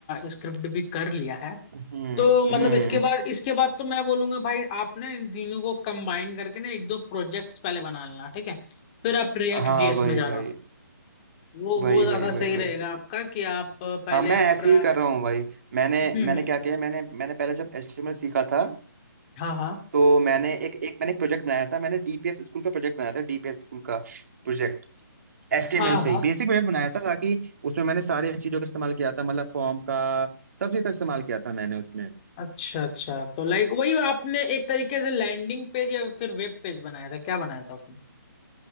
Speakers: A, on the left; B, on the right.
A: स्क्रिप्ट भी कर लिया है
B: हम्म
A: तो मतलब
B: हम्म
A: इसके बाद इसके बाद तो मैं बोलूंगा भाई आप ना इन तीनों को कंबाइन करके ना एक दो प्रोजेक्ट्स पहले बना लेना ठीक है फिर आप रिएक्ट
B: हाँ
A: जीएस
B: भाई
A: में जाना
B: भाई
A: वो
B: वही
A: वो ज्यादा
B: वही वही
A: सही रहेगा
B: वही
A: आपका कि आप पहले
B: हाँ मैं ऐसे
A: फ्रा...
B: ही कर रहा हूँ भाई मैंने
A: हम्म
B: मैंने
A: हम्म,
B: क्या किया मैंने मैंने पहले जब एचटीएमएल सीखा था
A: हाँ हाँ
B: तो मैंने एक एक मैंने एक प्रोजेक्ट बनाया था मैंने डीपीएस स्कूल का प्रोजेक्ट बनाया था डीपीएस स्कूल का प्रोजेक्ट एचटीएमएल
A: हाँ हाँ
B: से ही बेसिक प्रोजेक्ट बनाया था ताकि उसमें मैंने सारे चीजों का इस्तेमाल किया था मतलब फॉर्म का सब चीज का इस्तेमाल किया था मैंने उसमें
A: अच्छा अच्छा तो लाइक वही आपने एक तरीके से लैंडिंग पेज या फिर वेब पेज बनाया था क्या बनाया था उसमें